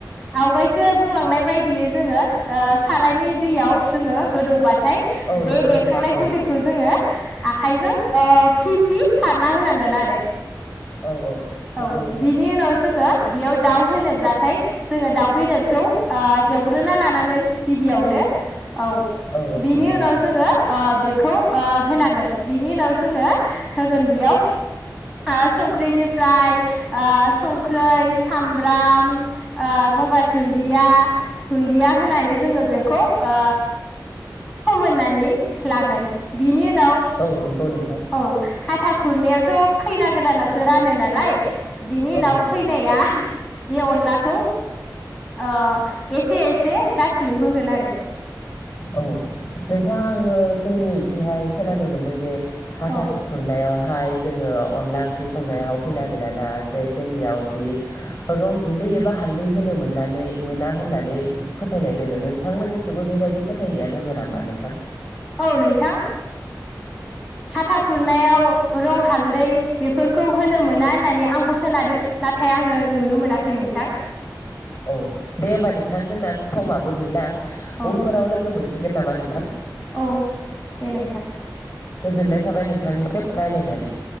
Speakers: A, in the centre; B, on the left.
A: आवगायसो बुंलांनाय बायदियै जोङो ओ सारायनि- दैयाव जोङो गोदौ बाथ थाय
B: औ नंगौ
A: बे देखांनाय
B: नोंथां औ
A: गुन्दैखौ जोङो- आखाइजों ओ फि फि सारना होनांगोन आरो
B: औ औ नंगौ
A: औ
B: नोंथां
A: बिनि उनाव जोङो बेयाव दाउ होनोब्लाथाय जोङो दाउ बेदरखौ ओ एवग्रोना लानांगोन गिबियावनो औ
B: औ औ
A: बिनि
B: नंगौ
A: उनाव
B: नोंथां
A: जोङो ओ बेक खौ ओ होनांगोन इनि उनाव जोङो होगोन बेयाव ओ संख्रिनि फ्राय ओ संख्रै सामब्राम ओ गंगार धुन्दिया धुन्दिया होनानै जोङो बेखौ ओ फोमोननानै लागोन बिनि उनाव- <unintelligible>
B: औ नंगौ नोंथां
A: औ हाथा खुरनायावथ खैना गोदानासो रानो ना लाय बिनि उनाव
B: औ नंगौ
A: खैनाया- बे अनलाखौ ओ एसे एसे गासैनोबो होगोन आरो
B: औ नोंथां आङो जोंनिखिहाय खोनानो मोनदों जे- हाथासु
A: औ
B: खुरनायावहा हाय जोङो अनला ओंख्रि संनायाव खैना गोदाना जे जोंनियावखि रं गुन्दै एबा हालदै होनो मोननानै मोना होननानै फोथायनाय दोङ नोंथांमोननि- खोबो बेबायदि फोथायनाया दङ नामा नोंथां?
A: औ नोंथां हाथा खुरनायाव रं हालदै बेफोरखौ होनो मोना होननानै आंबो खोनादों नाथाय आङो नुनो मोनाखै नोंथां।
B: औ दे होमबा नोंथां जोंना समाबो गैला
A: औ
B: उनफोराव लोगो मोनसै गोन नामा नोंथां
A: औ दे नोंथां।
B: गोजोननाय थाबाय नोंथांनिसिम रायलायनानै-